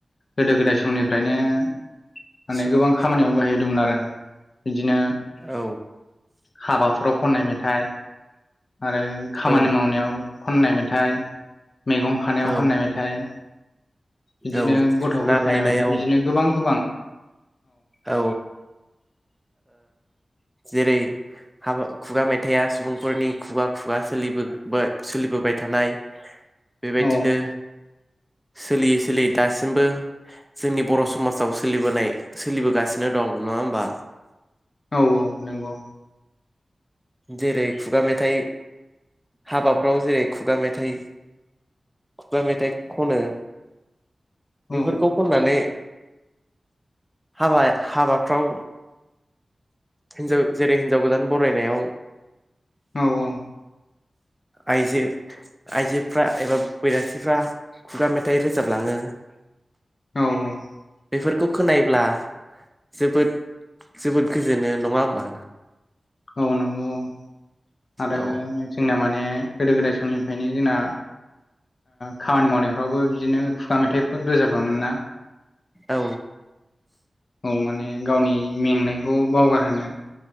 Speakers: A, on the left (about 60°); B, in the centre.
A: गोदो गोदाय समनिफ्रायनो माने
B: सुबुं
A: गोबां खामानियाव बाहायदोंमोन आरो बिदिनो
B: औ
A: हाबाफोराव खननाय मेथाइ आरो खामानि
B: औ
A: मावनायाव खननाय मेथाइ मैगं खानायाव
B: औ
A: खननाय मेथाइ बिदिनो
B: औ
A: गथ'
B: ना
A: बुरखायनाय
B: लायनायाव
A: मेथाइ बिदिनो गोबां गोबां
B: औ जेरै हाबा खुगा मेथाइया सुबुंफोरनि खुगा खुगा सोलिबो सोलिबोबाय थानाय बेबायदिनो
A: औ
B: सोलियै सोलियै दासिमबो जोंनि बर' समाजाव सोलिबोनाय सोलिबोगासिनो दं नङा होमबा?
A: औ नंगौ।
B: जेरै खुगा मेथाइ हाबाफ्राव जेरै खुगा मेथाइ खगा मेथाइ खनो
A: औ
B: बेफोरखौ खननानै हाबा हाबाफ्राव हिनजाव जेरै हिन्जाव गोदान बरायनायाव
A: औ औ।
B: आइजो आइजोफ्रा एबा बैरासिफ्रा खुगा मेथाइ रोजाबलाङो
A: <unintelligible>
B: बेफोरखौ खोनायोब्ला जोबोद जोबोद गोजोननाय नङा होमबा?
A: औ नंगौ औ आरो
B: औ
A: जोंना माने गोदो गोदाय समनिफ्रायनो जोंना खामानि मावनायफ्रावबो बिदिनो खुगा मेथाइखौ रोजाबोमोन ना?
B: औ
A: औ माने गावनि मेंनायखौ बावगार होनो